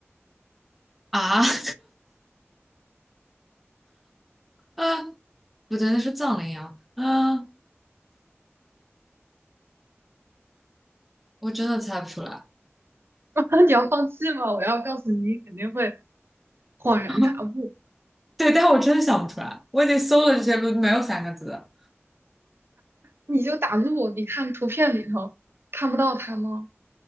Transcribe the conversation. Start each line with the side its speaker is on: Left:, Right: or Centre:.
Centre: 啊 <laughs> 啊，不对，那是藏羚羊，啊，我真的猜不出来，
Right: <laughs> 你要放弃吗？我要告诉你，你肯定会恍然大悟。
Centre: <laughs> 对，但我真的想不出来，我已经搜了这些鹿，没有三个字的，
Right: 你就打鹿，你看图片里头看不到它吗？